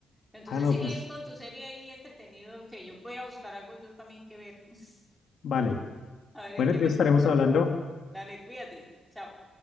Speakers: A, in the centre; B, on the left (about 60°).
A: Entonces
B: Ah, no,
A: sigue
B: pues
A: ahí con tu serie ahí entretenido, que yo voy a buscar algo yo también que ver. <laughs>
B: vale.
A: A ver en
B: Bueno,
A: qué
B: entonces
A: me,
B: estaremos hablando.
A: Dale, cuídate. Chao.